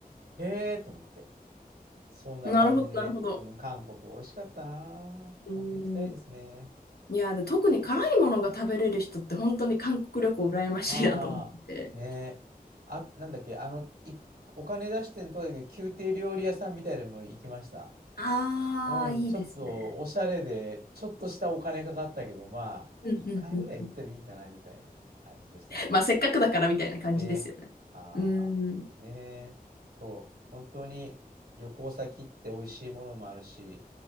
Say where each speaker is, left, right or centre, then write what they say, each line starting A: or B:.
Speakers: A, on the right; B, on the left.
A: へえと思って。そんな感じで、
B: あ、なるほど、なるほど。
A: うん、韓国美味しかったな。
B: うーん。
A: また行きたいですね。
B: いや、で、特に辛いものが食べれる人って本当に韓国旅行羨ましいなと思って。
A: ああ、ねえ。あ、なんだっけ、あの、い、お金出してんとこだけど、宮廷料理屋さんみたいなのも行きました。
B: ああ、
A: うん、
B: いいですね。
A: ちょっとおしゃれで、ちょっとしたお金かかったけど、まあ、
B: うんうんうんうん。
A: 1回ぐらい行ってもいいかなみたいな感じでしたね。
B: まあ、せっかくだからみたいな感じですよね。
A: ね。ああ、
B: うーん。
A: ねえ。そう。本当に旅行先って美味しいものもあるし、